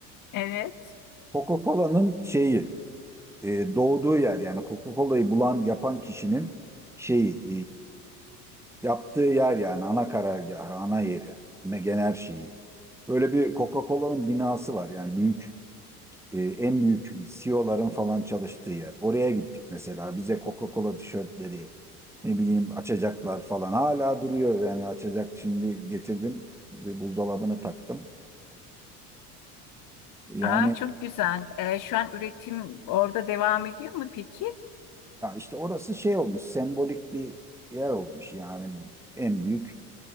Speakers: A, on the left (about 45°); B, in the centre.
A: Evet.
B: Coca-Cola'nın şeyi e, doğduğu yer yani Coca-Cola'yı bulan yapan kişinin şeyi e, yaptığı yer yani ana karargahı, ana yeri, me- genel her şeyi. Böyle bir Coca-Cola'nın binası var yani büyük e, en büyük CEO'ların falan çalıştığı yer. Oraya gittik mesela bize Coca-Cola tişörtleri ne bileyim açacaklar falan hala duruyor yani açacak şimdi getirdim bir buzdolabını taktım. Yani
A: Aa, çok güzel. Ee, şu an üretim orada devam ediyor mu peki?
B: Ya işte orası şey olmuş, sembolik bir yer olmuş yani en büyük